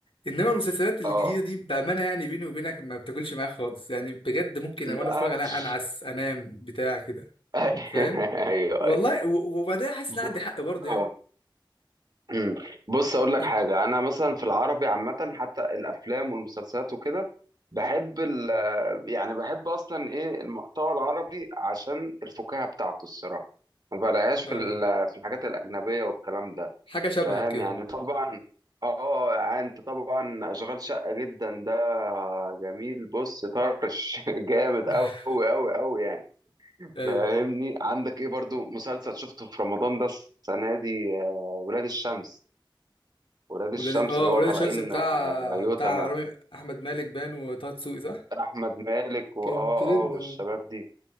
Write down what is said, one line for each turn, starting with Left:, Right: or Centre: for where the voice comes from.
Left: انما المسلسلات الجديدة
Right: اه
Left: دي بأمانة يعني بيني وبينك ما بتاكلش معايا خالص يعني بجد ممكن
Right: لا
Left: وانا بتفرج
Right: هاتش
Left: عليها انعس انام بتاع كده
Right: <laughs>
Left: فاهم
Right: ايوه
Left: والله
Right: ايوه
Left: و- وبعدين حاسس
Right: ب-
Left: ان أنا عندي حق برضه يعني
Right: اه امم بص اقول لك
Left: إت-
Right: حاجه انا مثلا في العربي عامه حتى الافلام والمسلسلات وكده بحب ال يعني بحب اصلا ايه المحتوى العربي عشان الفكاهه بتاعته الصراحه ما بلاقيهاش
Left: آه
Right: في ال- في الحاجات الاجنبيه والكلام ده
Left: حاجة شبهك
Right: فاهم
Left: كده
Right: يعني طبعا اه يعني انت طبعا اشغال شقه جدا ده جميل بص طرش <laughs> جامد
Left: <laughs>
Right: قوي قوي قوي يعني
Left: ايوه
Right: فاهمني
Left: ايوه
Right: عندك ايه برضو مسلسل شفته في رمضان ده السنه دي آه، ولاد الشمس ولاد الشمس
Left: ولادي اه
Right: اللي
Left: ولاد
Right: هو طالعين
Left: الشمس بتاع
Right: آه، يوتما
Left: بتاع رامي احمد مالك بان وطه دسوقي صح
Right: احمد مالك واه
Left: كان
Right: اه
Left: ترند
Right: آه، والشباب
Left: أوي،
Right: دي